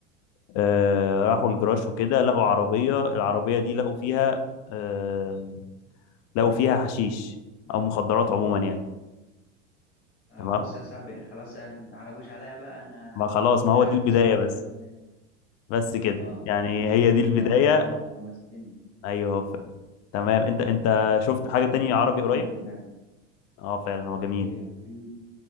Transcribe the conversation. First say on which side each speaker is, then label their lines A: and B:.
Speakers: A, on the left; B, on the left.
A: آه، راحوا الجراج وكده لقوا عربية العربية دي لقوا فيها آم، لقوا فيها حشيش أو مخدرات عموما يعني
B: آه،
A: تمام
B: بص يا صاحبي خلاص انت ما تحرجوش عليا بقى انا
A: ما خلاص ما
B: ايه
A: هو
B: رأيك
A: دي البداية
B: نسمعه
A: بس
B: مرة كمان
A: بس كده
B: اه
A: يعني
B: إيه،
A: هي دي البداية
B: انت بقى انت حمستني
A: أيوه ف... تمام أنت أنت شفت
B: شكله
A: حاجة تانية
B: فيلم
A: عربي
B: كوميدي
A: قريب؟
B: وجامد
A: أه فعلا هو جميل
B: إيه، في